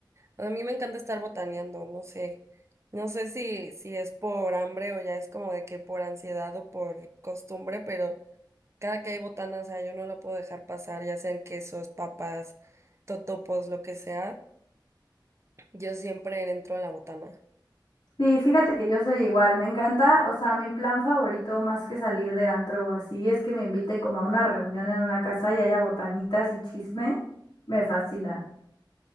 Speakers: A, on the right; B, on the left.
A: a mí me encanta estar botaneando, no sé, no sé si, si es por hambre o ya es como de que por ansiedad o por costumbre, pero cada que hay botana, o sea, yo no la puedo dejar pasar, ya sean quesos, papas, totopos, lo que sea, yo siempre entro a la botana.
B: Sí, fíjate que yo soy igual, me encanta, o sea, mi plan favorito más que salir de antro o así es que me inviten como a una reunión en una casa y haya botanitas y chisme, me fascina.